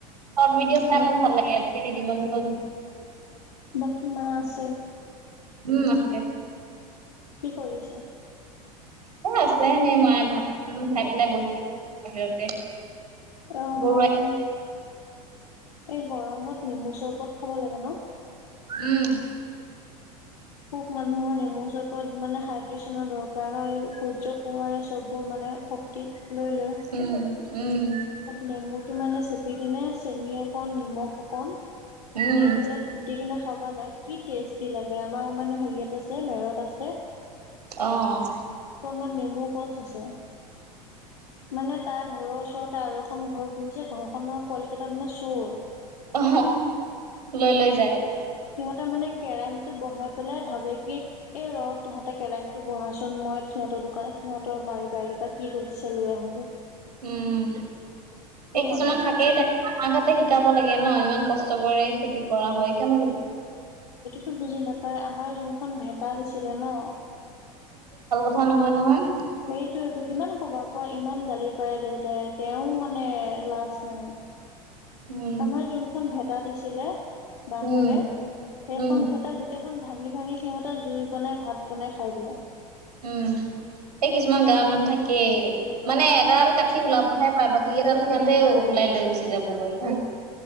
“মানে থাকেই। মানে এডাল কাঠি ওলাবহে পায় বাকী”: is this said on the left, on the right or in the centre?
Right